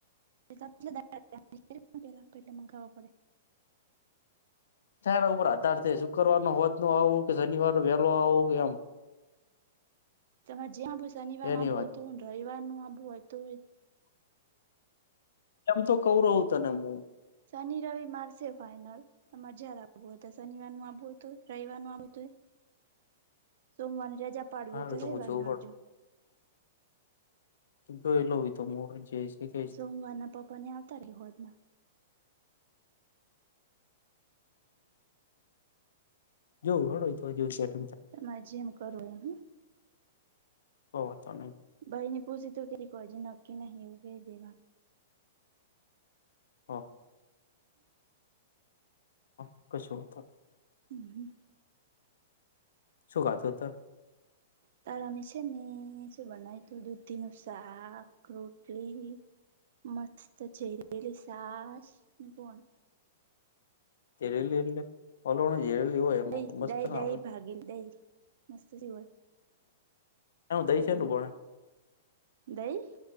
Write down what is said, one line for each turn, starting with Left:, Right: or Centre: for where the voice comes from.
Right: એટલે મંગાવવા પડે. <inaudible>
Left: તારા ઉપર આધાર છે. શુક્રવાર ના સાંજ ના આવું કે શનિવાર ના વહેલો આવું? કે એમ...
Right: તમારે જેમ આવવુ હોય શનિવાર
Left: એની
Right: ના આવું
Left: વાત
Right: હોય ને તોય અને રવિવાર નું આવવુ હોય તોય.
Left: એમ તો કહીં રહું તને હું.
Right: શનિ-રવિ મારે છે ફાઇનલ. તમારે જ્યારે આવવુ હોય. ત્યારે શનિવાર નુ આવવું હોય તોય રવિવાર નું આવું હોય. તોય... સોમવાર ની રજા પાડવી
Left: હારું
Right: હોય. તો રવિવાર
Left: હું જોઉં
Right: ના આવજો.
Left: જોઈ લવ હવે તો હું જે છે. કે
Right: સોમવારના પપ્પા ને ન્યા આવતા રયો સાંજ ના.
Left: <inaudible> જોવ હળુંય તો જોવું સેટ
Right: તમા જે એમ કરો એમ
Left: હો ચ નઈ
Right: ભાઈ ન પુસી તો કે કોઈ નક્કી નહીું ક દે
Left: હા હ કશુંતા
Right: હમ
Left: શુંખાતો હતા
Right: તારા મી છે શું ભન તોું દૂધ દનું સાક રોટલી મસ્ત ચરીલી સાસ પોડ
Left: તેેરી લલે ઓલો જે લ હોય એમાં
Right: દહી
Left: મસ્ત
Right: દહી
Left: ના
Right: દહી
Left: હોય
Right: ભાગીલ દહી મસ્ત જ હોય
Left: હું દઈ
Right: હમ
Left: છે એલું પણ
Right: દહી